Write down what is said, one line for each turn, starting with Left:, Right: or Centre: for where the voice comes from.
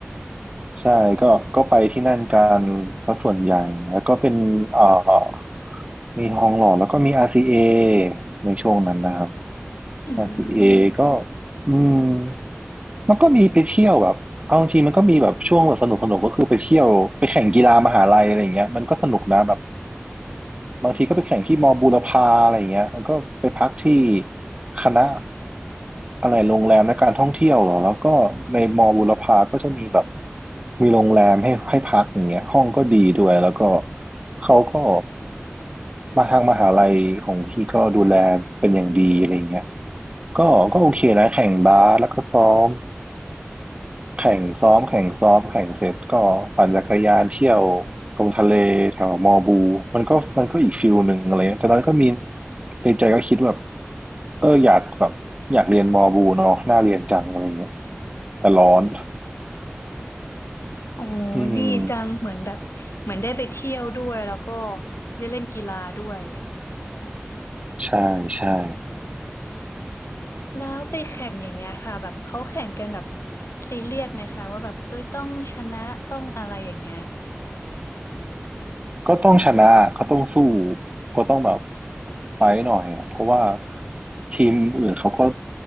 Right: ใช่ก็ก็ไปที่นั่นกันซะส่วนใหญ่แล้วก็เป็นเอ่อมีทองหล่อแล้วก็มี RCA ในช่วงนั้นนะครับ
Left: อื
Right: RCA
Left: ม
Right: ก็อืมมันก็มีไปเที่ยวแบบเอาจริงๆมันก็มีแบบช่วงแบบสนุกสนุกก็คือไปเที่ยวไปแข่งกีฬามหาลัยอะไรอย่างเงี้ยมันก็สนุกนะแบบ บางทีก็ไปแข่งที่มอบูรพาอะไรอย่างเงี้ยแล้วก็ไปพักที่คณะอะไรโรงแรมและการท่องเที่ยวเหรอแล้วก็ในมอบูรพาก็จะมีแบบมีโรงแรมให้ให้พักอย่างเงี้ยห้องก็ดีด้วยแล้วก็เขาก็มาทางมหาลัยของพี่ก็ดูแลเป็นอย่างดีอะไรอย่างเงี้ยก็ก็โอเคนะแข่งบาสแล้วก็ซ้อม แข่งซ้อมแข่งซ้อมแข่งเสร็จก็ปั่นจักรยานเที่ยวตรงทะเลแถวมอบูมันก็มันก็อีกฟิลหนึ่งอะไรเงี้ยแต่ตอนนั้นก็มีในใจก็คิดว่าแบบเอออยากแบบอยากเรียนมอบูเนาะน่าเรียนจังอะไรเงี้ยแต่ร้อน
Left: โอ้
Right: อืม
Left: ดีจังเหมือนแบบเหมือนได้ไปเที่ยวด้วย แล้วก็ได้เล่นกีฬาด้วย
Right: ใช่ใช่
Left: แล้วไปแข่งอย่างเงี้ยค่ะแบบเขาแข่งกันแบบซีเรียสไหมคะว่าแบบเอ้ยต้องชนะต้องอะไรอย่างเงี้ย
Right: ก็ต้องชนะก็ต้องสู้ก็ต้องแบบไฟท์หน่อยอะเพราะว่าทีมอื่นเขาก็